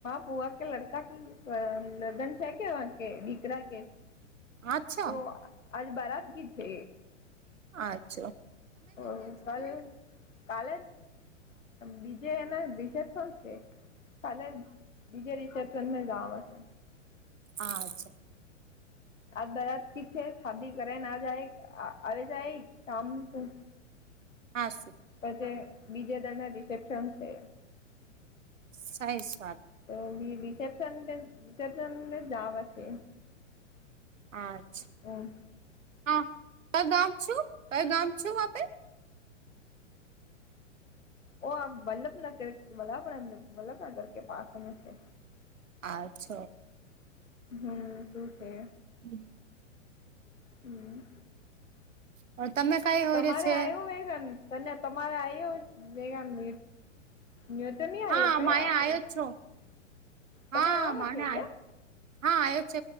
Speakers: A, on the left; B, on the right.
A: બુવા કે લડકા કી અ લગન છે કે વહા કે દીકરા કે
B: આછો
A: તો આજ બારત બી છે.
B: અચ્છો.
A: તો કલ કાલે બીજે એના બીજે શું છે? કાલે બીજે રિસેપ્શન મે જાવાનો છે.
B: અચ્છા.
A: આજ બારાત કી છે, શાદી ઘરે ના જાય આવે જાય કામનું શું.
B: હાસું.
A: પછી બીજે દર ના રિસેપ્શન છે.
B: સાહે સ્વાદ
A: તો રિસેપશન રિસેપશન જાવે છે.
B: આચ્છ
A: હમ
B: હા પગ આમ છું, પગ આમ છું આપે.
A: ઓ આપ વલ્લભનગર વલ્લભ વલ્લભનગર કે પાછનું છે.
B: આચ્છ.
A: હમ શું છે?
B: હમ
A: હમ
B: હવે તમે કઈ હોર્યો
A: તમારે
B: છે
A: આવ્યો વેગન તને તમારે આવ્યો વેગન <inaudible> મેં તો નહીં આયો
B: હા
A: કયા
B: મારે
A: આપરે
B: આવ્યો છો
A: તમે
B: હા
A: આવ
B: માને
A: છો ક્યાં?
B: હા આયો છ